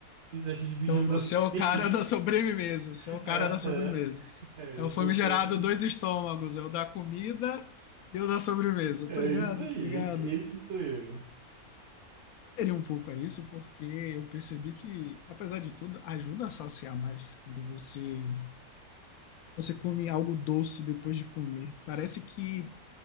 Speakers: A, on the right (about 50°); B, on the left (about 75°).
A: vocês acham de pedir
B: então
A: um docinho?
B: você é o cara da sobremesa,
A: <laughs>
B: você é o cara
A: Aham.
B: da sobremesa.
A: É,
B: É
A: eu
B: o
A: sou
B: famigerado
A: o cara,
B: dois estômagos, é o da comida e o da sobremesa.
A: é
B: Tô ligado,
A: isso aí,
B: tô ligado.
A: esse, esse sou eu.
B: Seria um pouco a isso, porque eu percebi que, apesar de tudo, ajuda a saciar mais quando você você come algo doce depois de comer. Parece que,